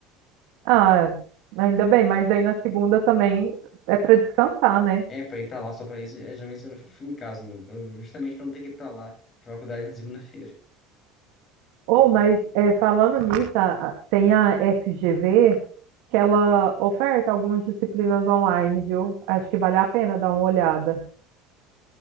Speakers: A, on the right; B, on the left.
A: Ah, ainda bem, mas aí na segunda também é para descansar, né?
B: É, pra ir pra lá só pra isso, é, geralmente segunda-feira eu fico em casa, né? Eu- justamente pra não ter que ir pra lá, pra faculdade na segunda-feira.
A: Ou, mas é, falando nisso, a- a- tem a FGV que ela oferta algumas disciplinas online, viu? Acho que vale a pena dar uma olhada.